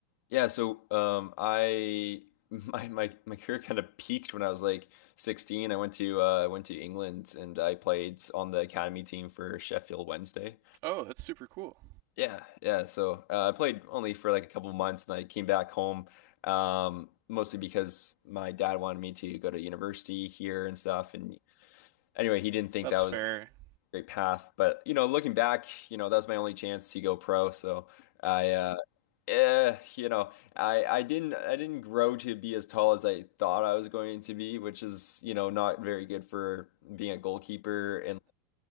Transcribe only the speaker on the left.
yeah, so um, I <laughs> my my my career kind of peaked when I was like 16. I went to uh, I went to England and I played on the academy team for Sheffield Wednesday.
Yeah, yeah. So uh, I played only for like a couple of months, and I came back home um, mostly because my dad wanted me to go to university here and stuff. And anyway, he didn't think
that was
a great path. But you know, looking back, you know, that was my only chance to go pro. So I, uh, eh, you know, I I didn't I didn't grow to be as tall as I thought I was going to be, which is you know not very good for being a goalkeeper and